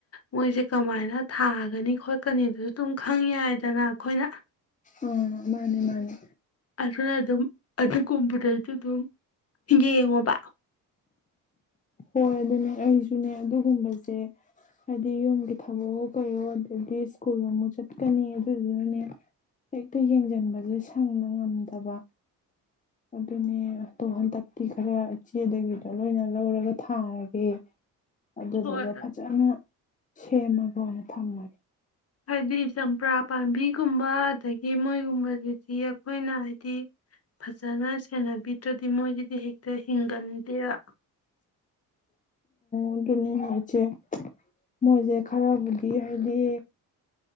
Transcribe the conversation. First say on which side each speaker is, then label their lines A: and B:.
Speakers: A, on the left; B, on the left.
A: ꯃꯣꯏꯁꯦ ꯀꯃꯥꯏꯅ ꯊꯥꯒꯅꯤ ꯈꯣꯠꯀꯅꯤꯕꯁꯨ ꯑꯗꯨꯝ ꯈꯪ ꯌꯥꯏꯗꯅ ꯑꯩꯈꯣꯏꯅ
B: ꯑ ꯃꯥꯅꯦ ꯃꯥꯅꯦ
A: ꯑꯗꯨꯅ ꯑꯗꯨꯝ ꯑꯗꯨꯒꯨꯝꯕꯗꯩꯁꯨ ꯑꯗꯨꯝ ꯌꯦꯡꯉꯣꯕ
B: ꯍꯣꯏ ꯑꯗꯨꯅꯦ ꯑꯩꯁꯨꯅꯦ ꯑꯗꯨꯒꯨꯝꯕꯁꯦ ꯍꯥꯏꯗꯤ ꯌꯨꯝꯒꯤ ꯊꯕꯛꯑꯣ ꯀꯩꯣ ꯑꯗꯒꯤ ꯁ꯭ꯀꯨꯜ ꯑꯃꯨꯛ ꯆꯠꯀꯅꯤ ꯑꯗꯨꯗꯨꯅꯅꯦ ꯍꯦꯛꯇ ꯌꯦꯡꯁꯤꯟꯕꯁꯦ ꯁꯪꯕ ꯉꯝꯗꯕ ꯑꯗꯨꯅꯦ ꯑꯗꯣ ꯍꯟꯗꯛꯇꯤ ꯈꯔ ꯏꯆꯦꯗꯒꯤꯗ ꯂꯣꯏꯅ ꯂꯧꯔꯒ ꯊꯥꯔꯒꯦ ꯑꯗꯨꯗꯨꯒ
A: ꯍꯣꯏ
B: ꯐꯖꯅ ꯁꯦꯝꯃꯒ ꯑꯣꯏꯅ ꯊꯝꯃꯒꯦ
A: ꯍꯥꯏꯗꯤ ꯆꯝꯄ꯭ꯔꯥ ꯄꯥꯝꯕꯤꯒꯨꯝꯕ ꯑꯗꯒꯤ ꯃꯣꯏꯒꯨꯝꯕꯁꯤꯗꯤ ꯑꯩꯈꯣꯏꯅ ꯍꯥꯏꯗꯤ ꯐꯖꯅ ꯁꯦꯟꯅꯕꯤꯗ꯭ꯔꯗꯤ ꯃꯣꯏꯒꯤꯗꯤ ꯍꯦꯛꯇ ꯍꯤꯡꯒꯟꯗꯦꯕ
B: ꯑꯗꯨꯅꯤ ꯏꯆꯦ ꯃꯣꯏꯁꯦ ꯈꯔꯕꯨꯗꯤ ꯍꯥꯏꯗꯤ